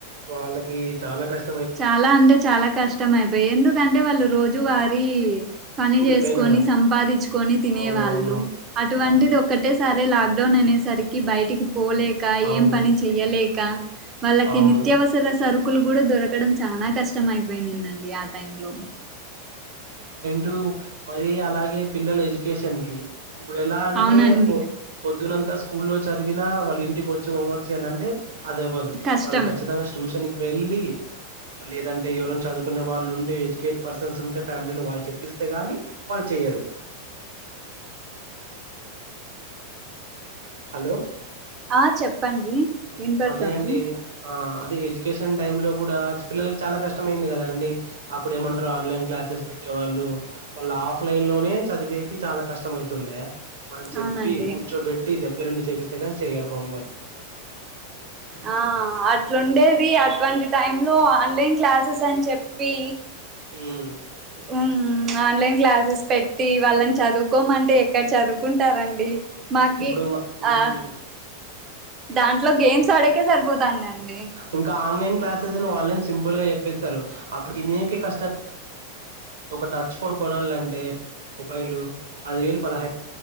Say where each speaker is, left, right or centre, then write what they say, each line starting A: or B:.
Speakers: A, on the right (about 65°); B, on the right (about 30°).
A: వాళ్ళకి చాలా కష్
B: చాలా అంటే చాలా కష్టం అయిపోయి ఎందుకంటే వాళ్ళు రోజు వారీ పని
A: కూలిపోయిన
B: చేసుకొని సంపాదించుకొని తినే
A: అవునవును
B: వాళ్ళు అటువంటిది
A: అవును
B: ఒక్కటేసారి లేలాక్ డౌన్ అనేసరికి బయటికి పోలేక
A: అవును
B: ఏం పని చెయ్యలేక వాళ్ళకి
A: అవును
B: నిత్యవసర స లు కూడా దరక ఎక్కడం చాలా కష్టం అయిపోయిందండి ఆ టైం లో
A: టూ మరి అలాగే పిల్లల ఎడ్యుకేషన్ కి ఇప్పుడు ఎలా అంటే
B: అవునండి
A: పొ పొద్దున్నంత స్కూల్లో చదివినా వాళ్ళ ఇంటికి వచ్చి హోంవర్క్ చేయ్యాలంటే అది అవ్వదు
B: కష్టం
A: వాళ్ళు ఖచ్చితంగా ట్యూషన్ వెళ్లి మళ్ లేదంట ఎవరన్న చదువు నే వాళ్ళు ఉండే ఎడ్యుకేటెడ్ పర్సన్స్ ఉంటే ఫ్యామిలీలో వాళ్ళు చెప్పస్తే గాని వాళ్ళు చెయ్యరు హలో
B: ఆ చెప్పండి వినపడుతోంది
A: అదే అండి ఆ అది ఎడ్యుకేషన్ టైమ్ లో కూడా పిల్లలకు చాలా కష్టమయింది కదా అండి అప్పుడు ఏమంటారు ఆన్లైన్ క్లాసెస్ పెట్టేవాళ్ళు వాళ్ళు ఆఫ్ లైన్ లోనే చదివేకి చాలా కష్టమయితుండే మనం చెప్పి
B: అవునండి
A: కూర్చోబెట్టి దగ్గరండి చేపి తే గాని చెయరు హోమ్వర్క్
B: ఆ అట్లుండేది అట్లాంటి టైం లో ఆన్లైన్ క్లాసెస్ అని చెప్పి
A: ఉమ్
B: ఉమ్ ఆన్లైన్ క్లాసెస్ పెట్టి వాళ్ళని చదువుకోమంటే ఇక్కడ చదువుకుంటారండి మాకి
A: ఇప్పుడు ఇంగ ఉమ్
B: ఆ దాంట్లో గేమ్స్ ఆడకే సరిపోతాం అండి
A: ఇంకా ఆన్లైన్ క్లాసెస్ అని వాళ్ళేం సింపుల్ చెప్పేస్తారు అప్పుడు కష్ట ఒక టచ్ ఫోన్ కొనాలంటే మొబైల్ పది వేలు పదహై